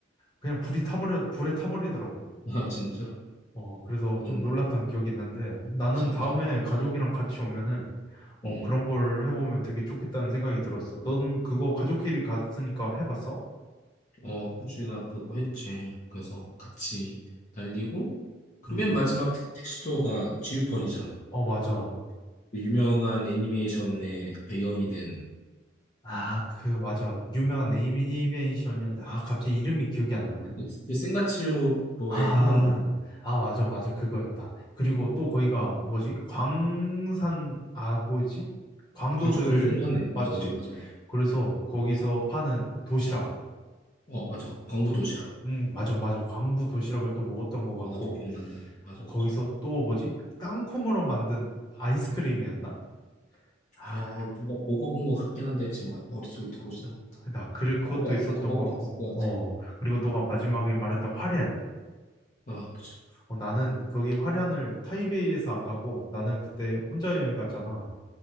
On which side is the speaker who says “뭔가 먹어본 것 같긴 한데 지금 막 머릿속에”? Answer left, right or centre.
Left